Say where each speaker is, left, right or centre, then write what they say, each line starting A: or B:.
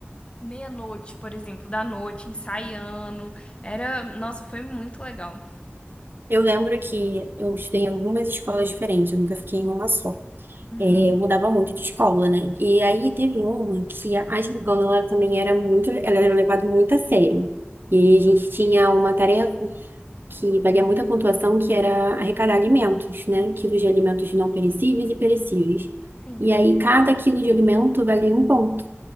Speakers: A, on the left; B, on the right.
A: meia-noite, por exemplo, da noite, ensaiando. Era, nossa, foi muito legal.
B: Eu lembro que eu estudei em algumas escolas diferentes, eu nunca fiquei em uma só.
A: Uhum.
B: É, eu mudava muito de escola, né? E aí teve uma que a a Gingana, ela também era muito, ela era levada muito a sério. E a gente tinha uma tarefa que valia muita pontuação, que era arrecadar alimentos, né? Quilos de alimentos não perecíveis e perecíveis.
A: Sim.
B: E aí cada quilo de alimento valia um ponto.